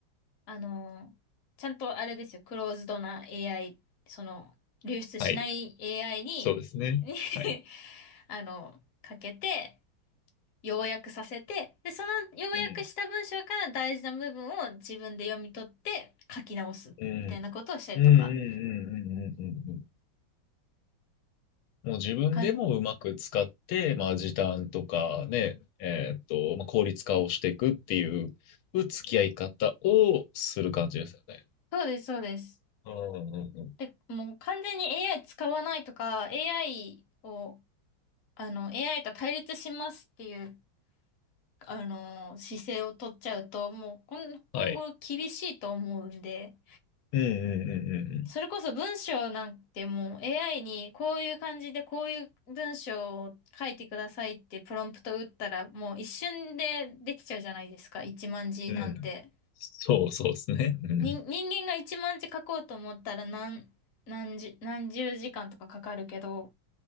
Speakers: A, on the left (about 50°); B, on the left (about 80°).
A: あの、ちゃんとあれですよ、クローズドな AI、その、流出しない
B: はい。
A: AI に、
B: そうですね。
A: に
B: はい。
A: <laughs> あの、かけて、要約させて、で、その要約した文章から大事な部分を自分で読み取って書き直す、
B: うん、うん、
A: みたいなことをしたりとか、
B: うん、うん、うん、うん、うん、うん。もう自分でもうまく使って、
A: かん、
B: まあ、時短とかね、えーっと、まあ、効率化をしていくっていう付き合い方をする感じですよね。
A: そうです、そうです。
B: うんうんうん。
A: で、もう完全に AI 使わないとか、AI を、あの、AI と対立しますっていう、あの、姿勢を取っちゃうと、もう今、
B: はい。
A: 今後厳しいと思うんで、
B: うんうんうん
A: それこそ文章なんてもう AI にこういう感じでこういう文章を書いてくださいってプロンプト打ったらもう一瞬でできちゃうじゃないですか、一万字なんて。
B: うんうん。うん。そうそうですね。うん。
A: 人人間が一万字書こうと思ったら何、何十、何十時間とかかかるけど、